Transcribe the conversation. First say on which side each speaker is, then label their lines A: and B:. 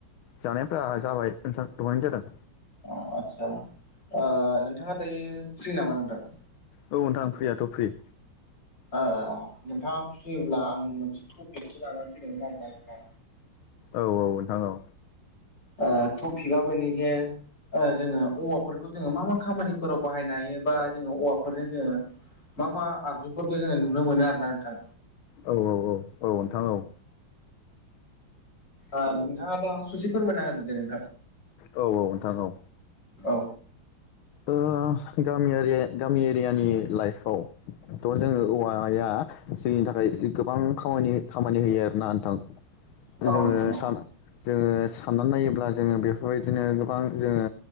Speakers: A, on the left; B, on the left.
A: जानायफोरा जाबाय नोंथां दहायनो जादों।
B: अ आस्सा ओ नोंथाङा दायो फ्रि नामा नोंथां?
A: औ नोंथां फ्रियाथ' फ्रि
B: ओ नोंथाङा फ्रिब्ला आं मोनसे टपिकसो लानानै फैदोंमोन आरो ना नोंथां।
A: औ औ नोंथां औ।
B: ओ‌ टपिकआबो बैनोजे ओ जोङो औवाफोरखौ जोङो मा मा खामानिफोराव बाहायनो हायो बा जोङो औवाफोरजों जोङो मा मा आगजुफोरखौ जोङो नुनो मोनो आरोना नोंथां।
A: औ औ औ औ नोंथां औ।
B: ओ नोंथाङा दा सुसे फोरमायना होदो दे नोंथां।
A: औ औ नोंथां औ।
B: औ।
A: ओ गामि एरिया गामि एरियानि लाइफआव थ' जोङो औवाया जोंनि थाखाय जे गोबां खामानि खामानि होयो आरो ना नोंथां।
B: औ
A: जोङो
B: नोंथां औ
A: सान जोङो साननानै नायोब्ला जोङो बे फोरबायदिनो गोबां जोङो